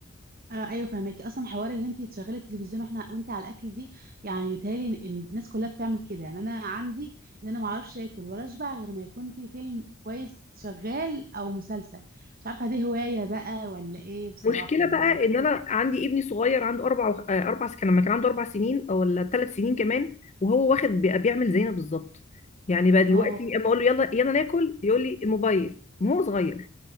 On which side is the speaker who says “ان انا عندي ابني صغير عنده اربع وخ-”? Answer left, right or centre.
Left